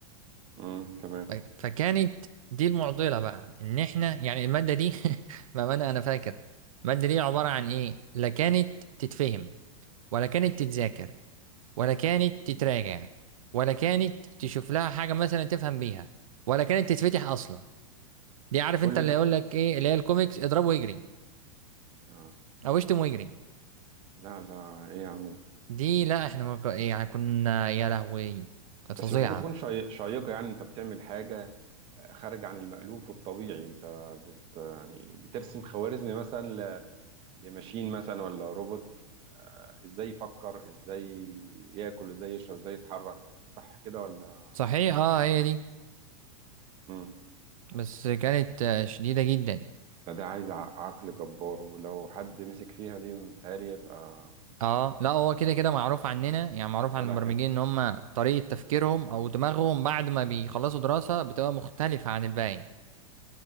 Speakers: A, on the right; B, on the right.
A: امم تمام
B: ف- فكانت دي المعضلة بقى ان احنا يعني المادة دي <laughs> بأمانة انا فاكر المادة دي عبارة عن ايه لا كانت تتفهم ولا كانت تتذاكر ولا كانت تتراجع ولا كانت تشوف لها حاجة مثلا تفهم بيها ولا كانت تتفتح اصلا دي عارف
A: كل
B: انت اللي
A: ده
B: يقول لك ايه اللي هي الكوميكس اضربه ويجري
A: اه
B: او اشتم ويجري
A: لا ده ايه يا عم ده
B: دي لا احنا ما ك- يعني كنا يا لهوي كانت فظيعة
A: بس المفروض تكون شي- شيقه يعني انت بتعمل حاجه آه، خارج عن المألوف والطبيعي انت بت يعني بترسم خوارزمي مثلا لماشين مثلا ولا روبوت آه، ازاي يفكر ازاي ياكل ازاي يشرب ازاي يتحرك صح كده ولا
B: صحيح
A: فاهم
B: اه هي دي
A: امم
B: بس كانت آه، شديدة جدا
A: فده عايز ع- عقل جبار ولو حد مسك فيها دي متهيألي يبقى
B: اه لا هو كده
A: آه،
B: كده معروف عننا يعني معروف عن
A: شغلها
B: المبرمجين
A: حلو
B: ان هم طريقة تفكيرهم او دماغهم بعد ما بيخلصوا دراسة بتبقى مختلفة عن الباقي